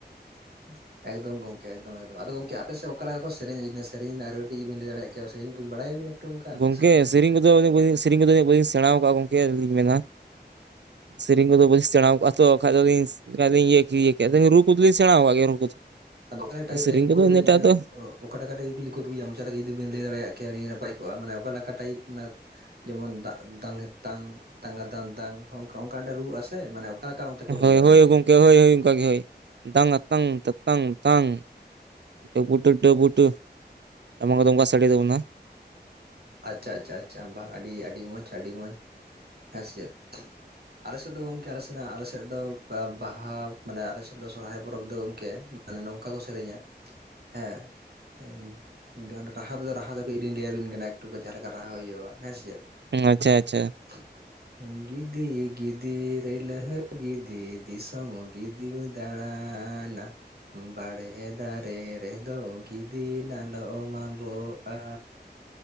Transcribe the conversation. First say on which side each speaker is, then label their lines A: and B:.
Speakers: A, on the right; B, on the right.
A: <inaudible> ᱮᱠᱫᱚᱢ ᱜᱚᱢᱠᱮ ᱮᱠᱫᱚᱢ ᱮᱠᱫᱚᱢ ᱟᱫᱚ ᱜᱚᱢᱠᱮ ᱟᱯᱮ ᱥᱮᱫ ᱚᱠᱟ ᱞᱮᱠᱟ ᱠᱚ ᱥᱮᱨᱮᱧᱟ ᱡᱩᱫᱤ ᱥᱮᱨᱮᱧ ᱨᱮᱱᱟᱜ ᱨᱟᱹᱲ ᱜᱮ ᱡᱩᱫᱤ ᱵᱤᱱ ᱞᱟᱹᱭ ᱫᱟᱲᱮᱭᱟᱜ ᱠᱮᱭᱟ ᱥᱮᱨᱮᱧ ᱠᱩ ᱵᱟᱲᱟᱭᱟᱵᱤᱱ ᱮᱠᱴᱩ ᱚᱱᱠᱟ
B: ᱜᱚᱢᱠᱮ
A: ᱫᱤᱥᱟᱹ ᱫᱤᱥ
B: ᱥᱮᱨᱮᱧ ᱠᱚᱫᱚ ᱩᱱᱟᱹᱜ ᱵᱟᱹᱞᱤᱧ ᱥᱮᱨᱮᱧ ᱠᱚᱫᱚ ᱵᱟᱹᱞᱤᱧ ᱥᱮᱬᱟ ᱟᱠᱟᱫᱼᱟ ᱜᱚᱢᱠᱮ ᱟᱹᱞᱤᱧ ᱫᱚᱞᱤᱧ ᱢᱮᱱᱼᱟ᱾ ᱥᱮᱨᱮᱧ ᱠᱚᱫᱚ ᱵᱟᱹᱧ ᱥᱮᱬᱟᱣᱟᱠᱟᱜᱼᱟ ᱛᱚ ᱵᱟᱠᱷᱟᱡ ᱫᱚᱞᱤᱧ ᱵᱟᱠᱷᱟᱡ ᱫᱚ ᱞᱤᱧ ᱤᱭᱟᱹ ᱠᱮᱭᱟ ᱨᱩ ᱠᱚᱫᱚ ᱞᱤᱧ ᱥᱮᱬᱟᱣᱟᱠᱟᱫ ᱜᱮᱭᱟ ᱨᱩ ᱠᱚᱫᱚ᱾
A: ᱟᱫᱚ ᱚᱠᱟ ᱴᱟᱭ
B: ᱥᱮᱨᱮᱧ
A: ᱴᱟᱭᱤᱢ
B: ᱠᱚᱫᱚ
A: ᱠᱚ ᱨᱩᱭᱟ
B: ᱤᱱᱟᱹᱴᱟᱜ
A: ᱡᱩᱫᱤ ᱦᱟᱸᱜ
B: ᱫᱚ
A: ᱚᱠᱟ ᱞᱮᱠᱟ ᱴᱟᱭᱤᱯ ᱡᱩᱫᱤ ᱨᱩᱭᱟ ᱢᱚᱪᱟ ᱛᱮᱜᱮ ᱡᱩᱫᱤ ᱵᱤᱱ ᱞᱟᱹᱭ ᱫᱟᱲᱮᱭᱟᱜ ᱠᱮᱭᱟ ᱟᱹᱰᱤ ᱱᱟᱯᱟᱭ ᱠᱚᱜᱼᱟ ᱢᱟᱱᱮ ᱚᱠᱟ ᱞᱮᱠᱟ ᱴᱟᱭᱤᱯ ᱡᱮᱢᱚᱱ ᱫᱟᱜ-ᱫᱟ ᱦᱮᱛᱟᱝ ᱦᱮᱛᱟᱝ ᱫᱟᱫᱟᱝ ᱦᱚᱸᱜ-ᱚᱝᱠᱟ, ᱦᱚᱸᱜ-ᱚᱱᱠᱟ ᱢᱤᱫᱴᱟᱝ ᱨᱩᱣᱟᱹᱜ ᱟᱥᱮ ᱢᱟᱱᱮ ᱞᱮᱠᱟ ᱚᱱᱛᱮ ᱠᱚ
B: ᱦᱳᱭ
A: ᱨᱩᱭᱟ ᱢᱟᱱᱮ
B: ᱦᱳᱭ ᱜᱚᱢᱠᱮ ᱦᱳᱭ ᱦᱳᱭ ᱚᱝᱠᱟᱜ ᱜᱮ ᱦᱳᱭ ᱫᱟᱝ ᱟᱛᱟᱝ ᱛᱟᱝ ᱛᱟᱝ ᱛᱟᱝ ᱰᱩᱯᱩᱴ ᱰᱩᱴᱩᱴ ᱴᱟᱢᱟᱠ ᱫᱚ ᱚᱝᱠᱟ ᱥᱟᱰᱮ ᱛᱟᱵᱚᱱᱟ
A: ᱟᱪᱪᱷᱟ ᱟᱪᱪᱷᱟ ᱟᱪᱪᱷᱟ ᱵᱟᱝ ᱟᱹᱰᱤ ᱟᱹᱰᱤ ᱢᱚᱡᱽ ᱟᱹᱰᱤ ᱢᱚᱡᱽ ᱦᱮᱸ ᱪᱮᱫ ᱟᱞᱮ ᱥᱮᱫ ᱫᱚ ᱜᱚᱝᱠᱮ ᱟᱱᱟ ᱟᱞᱮ ᱥᱮᱫ ᱫᱚ ᱵᱟᱦᱟ ᱢᱟᱱᱮ ᱟᱞᱮ ᱥᱮᱫ ᱫᱚ ᱥᱚᱨᱦᱟᱭ ᱯᱚᱨᱚᱵᱽ ᱫᱚ ᱜᱚᱢᱠᱮ ᱢᱟᱱᱮ ᱱᱚᱝᱠᱟ ᱠᱚ ᱥᱮᱨᱮᱧᱟ ᱦᱮᱸ ᱜᱚᱝᱠᱮ ᱚᱱᱟ ᱨᱟᱦᱟ ᱛᱮᱫᱚ ᱨᱟᱦᱟ ᱫᱚ ᱤᱧᱤᱧ ᱞᱟᱹᱭ ᱟ. ᱵᱤᱱ ᱠᱟᱱᱟ ᱮᱠᱴᱩ ᱠᱚ ᱡᱟᱦᱟᱸ ᱞᱮᱠᱟ ᱨᱟᱦᱟ ᱦᱩᱭᱩᱜᱼᱟ ᱦᱮᱸ ᱥᱮ ᱪᱮᱫ
B: ᱟᱪᱪᱷᱟ ᱟᱪᱪᱷᱟ
A: ᱜᱤᱫᱤ ᱜᱤᱫᱤ ᱜᱤᱫᱤ ᱨᱟᱹᱭᱞᱟᱹ ᱜᱤᱫᱤ ᱫᱤᱥᱚᱢ ᱜᱤᱫᱤᱢ ᱫᱟᱬᱟᱱᱟ ᱵᱟᱲᱮ ᱫᱟᱨᱮ ᱨᱮᱫᱚ ᱜᱤᱫᱤ ᱱᱟᱞᱚᱢ ᱟᱵᱚᱜ ᱟᱻ